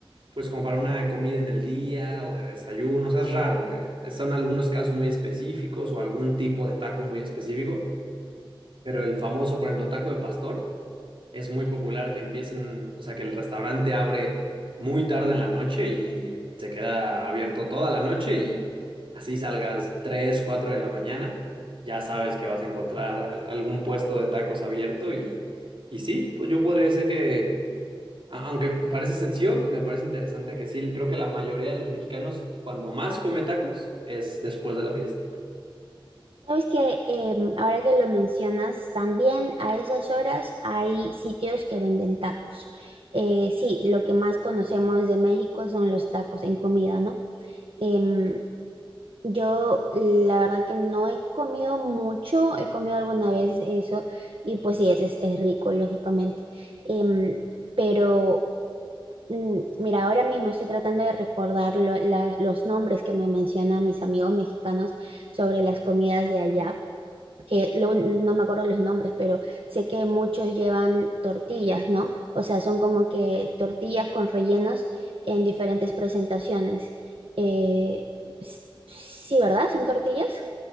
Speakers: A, on the right (about 70°); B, on the right (about 80°).
A: pues como para una comida en el día o de desayuno. O sea, es raro. eh, Son algunos casos muy específicos o algún tipo de taco muy específico. Pero el famoso, por ejemplo, taco de pastor es muy popular que empiecen, o sea, que el restaurante abre muy tarde en la noche y se queda abierto toda la noche y así salgas 3 4 de la mañana, ya sabes que vas a encontrar al- algún puesto de tacos abierto y, y sí, pues yo podría decir que, a- aunque parece sencillo, me parece interesante que sí, creo que la mayoría de los mexicanos cuando más come tacos es después de la fiesta.
B: Sabes que eh, ahora que lo mencionas, también a esas horas hay sitios que venden tacos. Eh, sí, lo que más conocemos de México son los tacos en comida, ¿no? Em, yo la verdad que no he comido mucho, he comido alguna vez eso y pues sí, es, es, es rico, lógicamente. Em, pero mm, mira, ahora mismo estoy tratando de recordar lo- las- los nombres que me mencionan mis amigos mexicanos sobre las comidas de allá que lo- no me acuerdo los nombres, pero sé que muchos llevan tortillas, ¿no? O sea, son como que tortillas con rellenos en diferentes presentaciones. Eh, s- sí, ¿verdad? ¿Son tortillas?